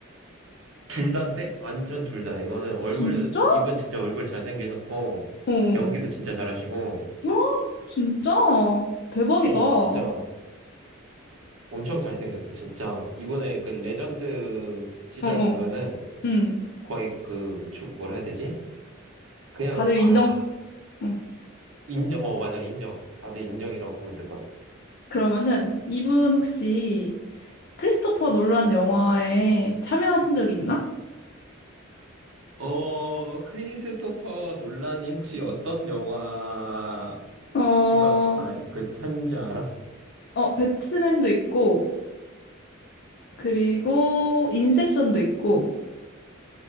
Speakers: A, on the right; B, on the left.
A: 둘 다인데? 완전 둘 다. 이거는 얼굴,
B: 진짜?
A: 어, 이분 진짜 얼굴 잘생기셨고,
B: 어, 어.
A: 연기도 진짜 잘하시고,
B: 헉, 진짜? 대박이다.
A: 어,
B: 어,
A: 진짜 엄청 잘생겼어. 진짜. 이번에 그 레전드 시절
B: 어.
A: 보면은
B: 응.
A: 거의 그, 주- 뭐라 해야 되지? 그냥,
B: 다들
A: 아.
B: 인정? 응.
A: 인정, 어, 맞아, 인정. 다들 인정이라고 보면 될 것 같아.
B: 그러면은, 이분 혹시 크리스토퍼 놀란 영화에 참여하신 적 있나?
A: 어, 크리스토퍼 논란이 혹시 어떤 영화
B: 어, 어,
A: 찍었, 아, 그, 탄지 알아?
B: 배트맨도 있고, 그리고 인셉션도 있고,